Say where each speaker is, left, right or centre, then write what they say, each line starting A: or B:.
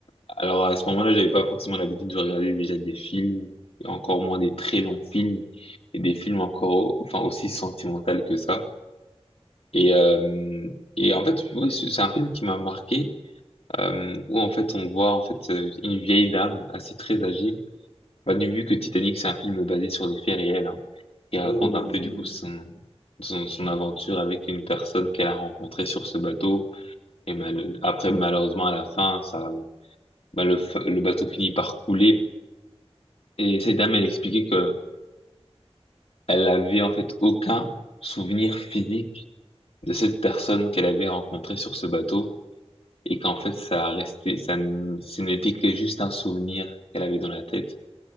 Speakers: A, on the left; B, on the left.
A: Alors à ce moment-là, j'avais pas forcément l'habitude de regarder déjà des films, et encore moins des très longs films, et des films encore, enfin aussi sentimentaux que ça. Et
B: Ok.
A: euh, et en fait, oui, c'est c'est un film qui m'a marqué, euh, où en fait on voit en fait euh, une vieille dame assez très âgée. Bah, du vu que Titanic c'est un film basé sur des faits réels, hein, qui raconte
B: Oui, oui, bien
A: un peu
B: sûr.
A: du coup son son,
B: Bien
A: son
B: sûr.
A: aventure avec une personne qu'elle a rencontrée sur ce bateau. Et mal- après malheureusement à la fin, ça, bah, le f- le bateau finit par couler. Et cette dame, elle expliquait que elle avait en fait aucun souvenir physique de cette personne qu'elle avait rencontrée sur ce bateau et qu'en fait ça a resté, ça, n- ce n'était que juste un souvenir qu'elle avait dans la tête